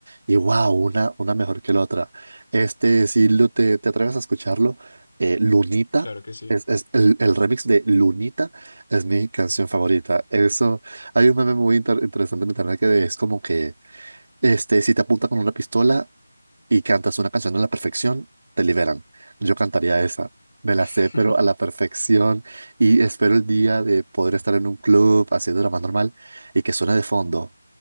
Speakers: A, on the right; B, on the left.
A: Y wow, una, una mejor que la otra. Este, si lo- te, te atreves a escucharlo, eh, Lunita,
B: Claro que sí.
A: es, es el, el remix de Lunita es mi canción favorita. Eso, hay un meme muy inter- interesante en internet que es como que, este, si te apunta con una pistola, y cantas una canción a la perfección, te liberan. Yo cantaría esa. Me la
B: <laughs>
A: sé, pero a la perfección. Y espero el día de poder estar en un club haciendo lo más normal y que suene de fondo.